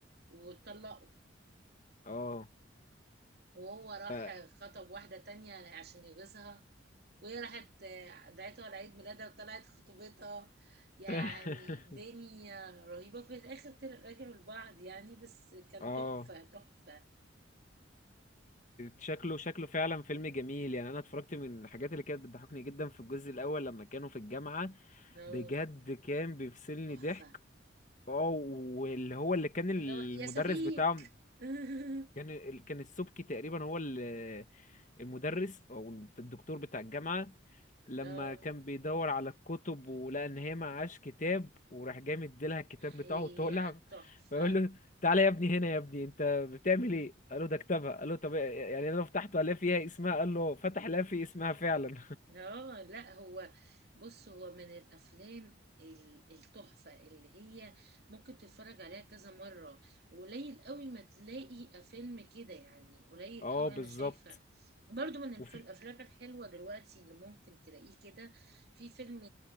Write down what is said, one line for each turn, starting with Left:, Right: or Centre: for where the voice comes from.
Right: واتطلقوا
Left: اه
Right: وهو راح
Left: ف
Right: خطب واحدة تانية عشان يغيظها وهي راحت آه، دعيته على عيد ميلادها وطلعت خطوبتها يعني
Left: <laughs>
Right: دنيا رهيبة في الآخر طلع- رجعوا لبعض يعني بس كان
Left: اه
Right: تحفة تحفة
Left: شكله شكله فعلا فيلم جميل يعني انا اتفرجت من الحاجات اللي كانت بتضحكني جدا في الجزء الاول لما كانوا في الجامعة
Right: اه
Left: بجد كان بيفصلني
Right: تحفة
Left: ضحك اه واللي هو اللي كان المدرس
Right: اللي هو يا شفيق
Left: بتاعهم
Right: <laughs>
Left: كان كان السبكي تقريبا هو اللي المدرس او الدكتور بتاع الجامعه لما
Right: اه
Left: كان بيدور على الكتب ولقى ان هي معهاش كتاب وراح جاي مديلها الكتاب بتاعه
Right: هي
Left: وطالع
Right: تحفة
Left: <laughs> فيقول له تعالى يا ابني هنا يا ابني انت بتعمل ايه قال له ده كتابها قال له طب يعني انا لو فتحته الاقي فيها اسمها قال له فتح لا في اسمها فعلا
Right: اه لا هو بص هو من الافلام ال- التحفه اللي هي ممكن تتفرج عليها كذا مره وقليل قوي ما تلاقي فيلم كده يعني
Left: <laughs>
Right: قليل
Left: اه
Right: قوي
Left: بالظبط
Right: انا شايفه برضو من الف-
Left: وفي
Right: الافلام الحلوه دلوقتي اللي ممكن تلاقيه كده في فيلم